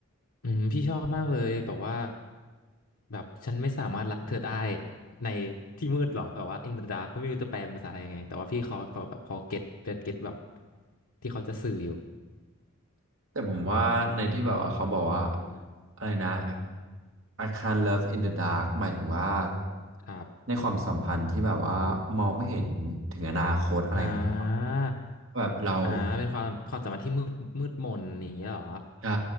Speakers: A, on the left (about 80°); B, on the right (about 65°).
A: อืมพี่ชอบมากเลยแบบว่าแบบฉันไม่สามารถรักเธอได้ในที่มืดหรอแบบว่า in the dark ไม่รู้จะแปลเป็นภาษาไทยยังไงแต่ว่าพี่เขาแบบพอเก็ตเก็ตแบบที่เขาจะสื่ออยู่
B: แต่ผมว่าในที่แบบว่าเขาบอกว่าอะไรนะ I can't love in the dark หมายถึงว่า
A: ครับ
B: ในความสัมพันธ์ที่แบบว่ามองไม่เห็นถึงอนาคตอะไรอย่างเงี้ย
A: อ่า
B: แบบเรา
A: อ่าเป็นความความสัมพันธ์ที่มืดมืดมนอย่างเงี้ยเหรอ
B: ใช่